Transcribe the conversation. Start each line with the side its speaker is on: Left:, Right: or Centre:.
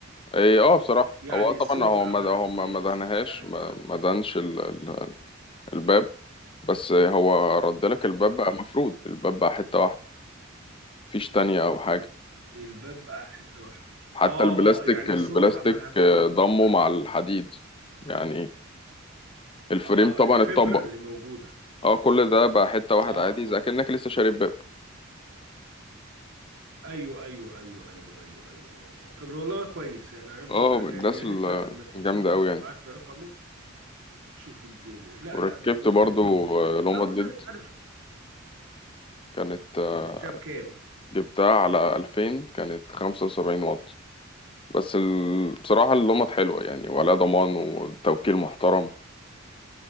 Left: إيه، اه بصراحة
Right: يعني
Left: هو آه
Right: السوق
Left: طبعا هو ما
Right: عملها
Left: هو ما
Right: كويس
Left: ما دهنهاش
Right: بتاع الكلام
Left: ما
Right: ده
Left: ما دهنش
Right: كله
Left: ال- ال- الباب بس هو رد لك الباب
Right: اه
Left: بقى مفرود الباب بقى حتة واحدة مفيش تانية أو حاجة
Right: الباب بقى حتة واحدة
Left: حتى
Right: اه
Left: البلاستيك
Right: اه يعني
Left: البلاستيك
Right: السوق عملها كويس
Left: آه، ضمه
Right: والكلام
Left: مع
Right: ده
Left: الحديد
Right: كله
Left: يعني الفريم
Right: اه
Left: طبعا
Right: آه، الفبرة
Left: اتطبق
Right: اللي موجودة
Left: اه كل ده بقى حتة واحدة
Right: اه اه
Left: عادي زي كأنك
Right: آه.
Left: لسه شاري باب
Right: ايوه ايوه ايوه ايوه ايوه ايوه اه آه. طب والله كويس يعني عايز
Left: اه
Right: اقول لك حاجة
Left: الناس
Right: يا ريت لا ما تنساش
Left: الجامدة
Right: بس
Left: أوي يعني
Right: تبعت لي رقمه تشوف الدنيا لا
Left: وركبت
Right: لا ده كويس
Left: برضو
Right: جدا محترم
Left: آه، لومد
Right: لا والله
Left: ليد
Right: انت عارف
Left: كانت
Right: اه
Left: آه،
Right: جبتها بكام
Left: جبتها على 2000 كانت 75 واط بس ال... بصراحة اللمط حلوة يعني ولا ضمان والتوكيل محترم